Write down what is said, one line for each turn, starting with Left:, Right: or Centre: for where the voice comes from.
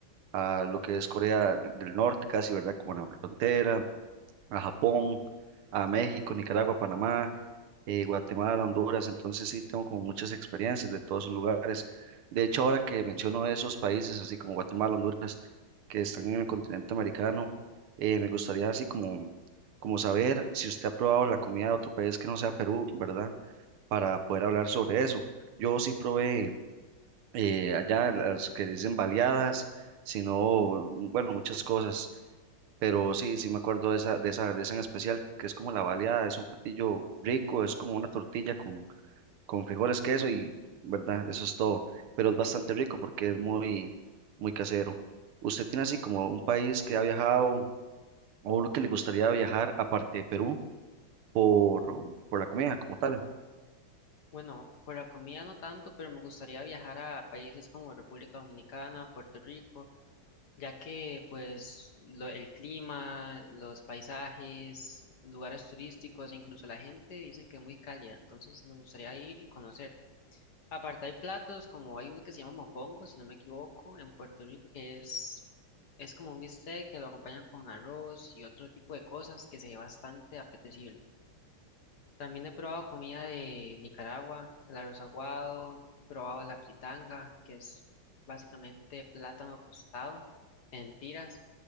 Right: a lo que es Corea del Norte, casi, ¿verdad? Como en la frontera. a Japón, a México, Nicaragua, Panamá, eh, Guatemala, Honduras, entonces sí tengo como muchas experiencias de todos esos lugares. De hecho, ahora que menciono esos países, así como Guatemala, Honduras, que están en el continente americano, eh, me gustaría así como, como saber si usted ha probado la comida de otro país que no sea Perú, ¿verdad? Para poder hablar sobre eso. Yo sí probé eh, allá las que dicen baleadas, sino, bueno, muchas cosas. Pero sí, sí me acuerdo de esa, de esa, de esa en especial, que es como la baleada, es un platillo rico, es como una tortilla con, con frijoles, queso y, ¿verdad? Eso es todo. Pero es bastante rico porque es muy, muy casero. ¿Usted tiene así como un país que ha viajado o uno que le gustaría viajar aparte de Perú por, um, por la comida como tal?
Left: Bueno, por la comida no tanto, pero me gustaría viajar a países como República Dominicana, Puerto Rico, ya que pues lo- el clima, los paisajes, lugares turísticos e incluso la gente dicen que es muy cálida, entonces me gustaría ir y conocer. Aparte hay platos como hay uno que se llama mofongo, si no me equivoco, en Puerto Rico, que es, es como un bistec que lo acompañan con arroz y otro tipo de cosas que se ve bastante apetecible. También he probado comida de Nicaragua, el arroz aguado, probado la fritanga, que es básicamente plátano tostado en tiras,